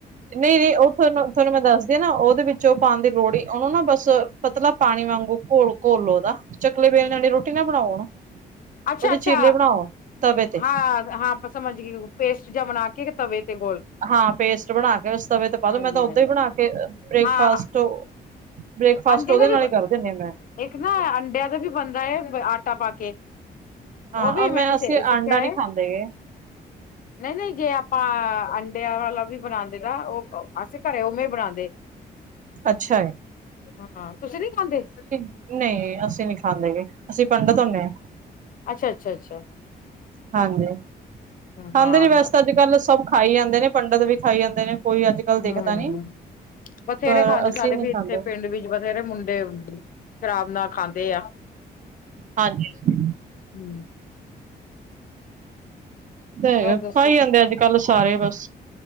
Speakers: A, on the right; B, on the left.
A: ਨਹੀਂ-ਨਹੀਂ, ਓਹ ਥੋਨੂੰ, ਥੋਨੁੰ ਮੈਂ, ਦੱਸ ਦੇ ਨਾ, ਓਹਦੇ ਵਿੱਚ ਓਹ ਪਾਣ ਦੀ ਲੋੜ ਈ, ਓਹਨੂੰ ਨਾ ਬਸ ਪਤਲਾ ਪਾਣੀ ਵਾਂਗੂ ਘੋਲ, ਘੋਲਲੋ ਓਦਾ। ਚਕਲੇ ਬੇਲਣੇ ਆਲੀ ਰੋਟੀ ਨਾ ਬਣਾਓ ਉਹਨੁੰ,
B: ਅੱਛਾ
A: ਓਦੇ
B: ਅੱਛਾ
A: ਚੀਲੇ ਬਣਾਓ ਤਵੇ ਤੇ।
B: ਹਾਂ ਹਾਂ, ਬਸ ਸਮਝਗੀ ਹੂਂ, ਪੇਸਟ ਜਾ ਬਣਾਕੇ ਤਵੇ ਤੇ ਗੋਲ।
A: ਹਾਂ, ਪੇਸਟ ਬਣਾਕੇ ਬਸ ਤਵੇ ਤੇ ਪਾਦੋ,
B: ਹਾਂਜੀ
A: ਮੈਂ ਤਾਂ ਓਦਾਂ
B: ਹਾਂਜੀ
A: ਈ ਬਣਾਕੇ ਬ੍ਰੇਕਫਾਸਟ
B: ਹਾਂ
A: ਓ ਬ੍ਰੇਕਫਾਸਟ
B: ਅੰਡੇ
A: ਓਦੇ
B: ਦਾ
A: ਨਾਲ
B: ਵੀ
A: ਈ ਕਰਦੇ ਹੁਨੀ ਆਂ, ਮੈਂ।
B: ਇੱਕ ਨਾ, ਅੰਡਿਆਂ ਦਾ ਵੀ ਬਣਦਾ ਏ ਆਟਾ ਪਾਕੇ।
A: ਹਾਂ
B: ਓਹ ਵੀ,
A: ਮੈਂ
B: ਮੈਂਨੇ
A: ਅਸੀਂ
B: ਸੇ, ਸਿੱਖਿਆ
A: ਆਂਡਾ ਨੀ
B: ਏ।
A: ਖਾਂਦੇ ਗੇ
B: ਨਹੀਂ-ਨਹੀਂ, ਜੇ ਆਪਾ ਅੰਡਿਆਂ ਵਾਲਾ ਵੀ ਬਣਾੰਦੇ ਆ, ਓਹ ਅਸੀਂ ਘਰੇ ਉਵੇਂ ਬਣਾੰਦੇ।
A: ਅੱਛਾ ਏ।
B: ਹਾਂ, ਤੁਸੀਂ ਨੀ ਖਾਂਦੇ?
A: ਨਹੀਂ-ਨਹੀਂ, ਅਸੀਂ ਨੀ ਖਾਂਦੇ ਗੇ, ਅਸੀਂ ਪੰਡਤ ਹੁੰਨੇ ਆ।
B: ਅੱਛਾ-ਅੱਛਾ, ਅੱਛਾ।
A: ਹਾਂਜੀ, ਖਾਂਦੇ
B: ਹਾਂ
A: ਨੀ ਵੈਸੇ ਅੱਜ-ਕੱਲ, ਸਭ ਖਾਈ ਜਾਂਦੇ ਨੇ, ਪੰਡਿਤ ਵੀ ਖਾਈ ਜਾਂਦੇ ਨੇ, ਕੋਈ ਅੱਜ ਕੱਲ
B: ਹੂੰ,
A: ਦੇਖਦਾ ਨੀ
B: ਬਥੇਰੇ
A: ਪਰ
B: ਖਾਂਦੇ,
A: ਅਸੀਂ
B: ਸਾਡੇ
A: ਨੀ
B: ਵੀ ਇੱਥੇ
A: ਖਾਂਦੇ
B: ਪਿੰਡ ਵੀ ਬਥੇਰੇ ਮੁੰਡੇ, ਸ਼ਰਾਬ ਨਾ ਖਾਂਦੇ ਆ।
A: ਹਾਂਜੀ।
B: ਹੂੰ
A: ਓ ਤੇ ਹੈਗਾ,
B: ਹੋਰ ਦੱਸੋ
A: ਖਾਈ ਜਾਂਦੇ ਅੱਜ-ਕੱਲ ਸਾਰੇ ਬਸ,